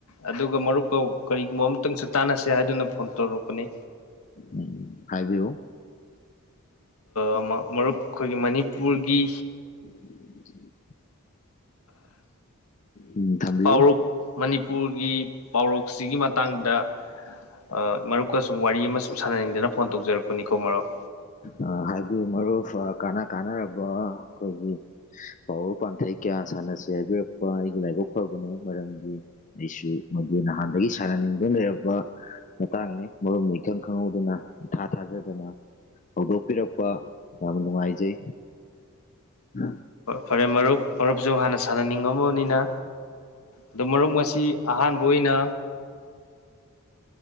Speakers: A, on the left; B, on the left.
A: ꯑꯗꯨꯒ ꯃꯔꯨꯞꯀ ꯀꯔꯤꯒꯨꯝꯕ ꯑꯃꯇꯪꯁꯨ ꯇꯥꯟꯅꯁꯦ ꯍꯥꯏꯗꯨꯅ ꯐꯣꯟ ꯇꯧꯔꯛꯄꯅꯤ
B: ꯎꯝ ꯍꯥꯏꯕꯤꯌꯨ
A: ꯑ ꯃꯔꯨꯞ ꯑꯩꯈꯣꯏꯒꯤ ꯃꯅꯤꯄꯨꯔꯒꯤ
B: <inaudible> ꯎꯝ ꯊꯝꯕꯤꯌꯨ
A: ꯄꯥꯎꯔꯧ ꯃꯅꯤꯄꯨꯔꯒꯤ ꯄꯥꯎꯔꯧꯁꯤꯒꯤ ꯃꯇꯥꯡꯗ ꯑꯩ ꯃꯔꯨꯞꯀ ꯁꯨꯝ ꯋꯥꯔꯤ ꯑꯃ ꯁꯨꯝ ꯁꯥꯟꯅꯅꯤꯡꯗꯅ ꯐꯣꯟ ꯇꯧꯖꯔꯛꯄꯅꯤꯀꯣ ꯃꯔꯨꯞ
B: ꯑ ꯍꯥꯏꯕꯤꯌꯨ ꯃꯔꯨꯞ ꯑ ꯀꯥꯟꯅ ꯀꯥꯟꯅꯔꯕ ꯑꯩꯈꯣꯏꯒꯤ ꯄꯥꯎꯔ ꯄꯥꯟꯊꯩ ꯀꯌꯥ ꯁꯥꯟꯅꯁꯤ ꯍꯥꯏꯕꯤꯔꯛꯄ ꯑꯩꯒꯤ ꯂꯥꯏꯕꯛ ꯐꯕꯅꯤ ꯃꯔꯝꯗꯤ ꯑꯩꯁꯨ ꯃꯗꯨ ꯅꯍꯥꯟꯗꯒꯤ ꯁꯥꯟꯅꯅꯤꯡꯗꯨꯅ ꯂꯩꯔꯛꯄ ꯃꯇꯥꯡꯅꯤ ꯃꯔꯨꯞꯅ ꯏꯈꯪ ꯈꯪꯍꯧꯗꯅ ꯏꯊꯥ ꯊꯥꯖꯗꯅ ꯍꯧꯗꯣꯛꯄꯤꯔꯛꯄ ꯌꯥꯝꯅ ꯅꯨꯡꯉꯥꯏꯖꯩ ꯎꯝ
A: ꯐꯔꯦ ꯃꯔꯨꯞ ꯃꯔꯨꯞꯁꯨ ꯍꯥꯟꯅ ꯁꯥꯟꯅꯅꯤꯡꯉꯝꯃꯕꯅꯤꯅ ꯑꯗꯣ ꯃꯔꯨꯞ ꯉꯁꯤ ꯑꯍꯥꯟꯕ ꯑꯣꯏꯅ